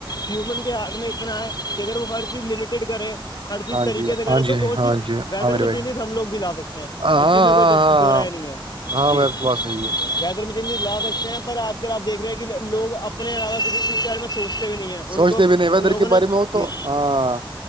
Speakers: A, on the left; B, on the right.
A: ہیومن کے ہاتھ میں اتنا ہے کہ اگر وہ ہر چیز لمیٹیڈ کرے ہر چیز
B: ہاں
A: طریقے
B: جی
A: سے
B: ہاں
A: ا ہے تو
B: جی
A: ب
B: ہاں
A: چیز
B: جی
A: ویدر
B: ہاں میرے
A: میں
B: بھائی
A: چینجز ہم لوگ بھی لا سکتے ہیں
B: ہاں
A: اس
B: ہاں
A: چیز میں
B: ہاں
A: کوئی دو رائے نہیں ہے
B: ہاں
A: جی
B: ب آپ کی پاس یہی ہے
A: ویدر میں چینز لا سکتے ہیں پر آج کل آ دیکھ رہے ہیں کہ لوگ اپنے علاوہ کسی شر میں سوچتے بھی نہیں ہیں ان
B: سوچتے
A: کو
B: بھی نہیں ویدر
A: لوگوں
B: کے
A: نے
B: بارے میں ہو
A: جی
B: تو ہاں